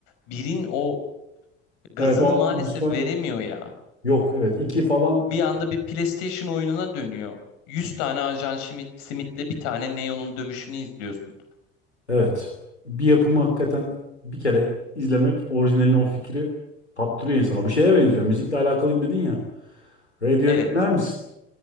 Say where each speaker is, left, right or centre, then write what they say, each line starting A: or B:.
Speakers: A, on the left (about 60°); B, on the left (about 85°).
A: birin o gazını
B: evet o
A: maalesef
B: atmosfer
A: veremiyor ya.
B: yok. Evet iki falan.
A: Bir anda bir PlayStation oyununa dönüyor. 100 tane Ajan Schmidt, Smith'le bir tane Neo'nun dövüşünü izliyorsun.
B: Evet. Bir yapımı hakikaten bir kere izlemek orijinalini o fikri kaptırıyor insana. Bu şeye benziyor. Müzikle alakalıyım dedin ya. Radiohead
A: Evet.
B: dinler misin?